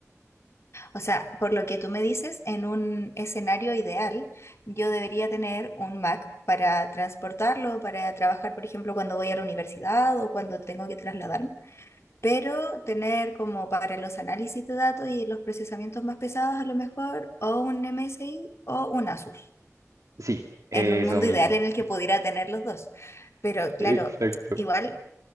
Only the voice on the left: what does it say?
o sea, por lo que tú me dices, en un escenario ideal, yo debería tener un Mac para transportarlo, para trabajar, por ejemplo, cuando voy a la universidad o cuando tengo que trasladarme, pero tener como para los análisis de datos y los procesamientos más pesados a lo mejor o un MSI o un Asus,
en un mundo
ideal en el que pudiera tener los dos. Pero claro,
igual